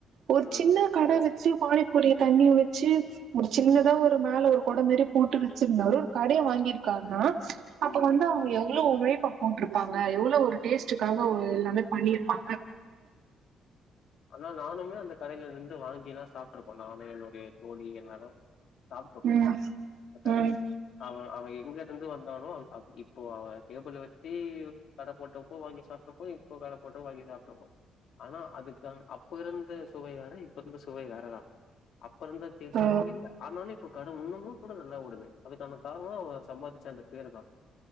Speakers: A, on the right; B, on the left.
A: ஒரு
B: ம்.
A: சின்ன வச்சு பானிப்பூரிய தண்ணிய வச்சு ஒரு சின்னதா ஒரு மேல ஒரு குடை மாரி போட்டு வச்சிருந்தாரு ஒரு கடையை வாங்கியிருக்காருனா அப்ப
B: ம்.
A: வந்து அவங்க எவ் ளோ உழைப்பை போட்டு இருப்பாங்க ஒரு டேஸ்டுக்காக
B: ம்.
A: எல்லமே பண்ணியிருக்கா
B: ஆனா நானுமே அந்த கடையில இருந்து வாங்கி தா சாப்பிட்டுருக்கோம் நானும் என்னுடைய தோழி எல்லாரும் சாப்பிடுருக்கோம்
A: ம்
B: கடையில
A: ம்
B: அவன் அவன் எங்க இருந்து வந்தாலே அட இப்போ அவன் டேபிள் வச்சு கடை போட்டப்போ வாங்கி சாப்ட்டுகோம் <unintelligible> வாங்கி சாப்பிட்டு போம் ஆனா அதுக்குஅப்ப இருந்த சுவை வேற இப்ப இருந்து சுவை வேறதான் அப்ப இருந்த டேஸ்ட்
A: ஓ
B: இப்ப இல்ல ஆனாலும் இப்ப கடை இன்னமும் கூட நல்லா ஓடுது அதுக்கான காரணம் அவ சம்பாதிச்ச அந்த பேரு தா